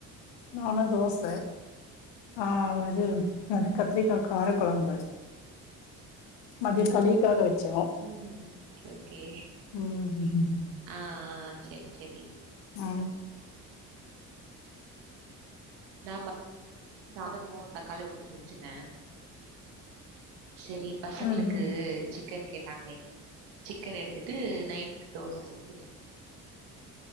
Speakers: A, on the left; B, on the right.
A: நானு தோச ஆ அது கத்திரிக்கா கார கொழம்பு மதியோ கலிக்காக வெச்சே
B: ம் ஹும் ஓகே ஓகே
A: ம்
B: ஆ ஆ செரி செரி
A: ஆ
B: நாம சாதமு தக்காளி தொக்கு செஞ்சிட்ட செரி பசங்களுக்கு
A: ம் ம்
B: சிக்கன் கேட்டாங்களே சிக்கன் எடுத்துட்டு நைட்டுக்கு தோச செஞ்சிட்டே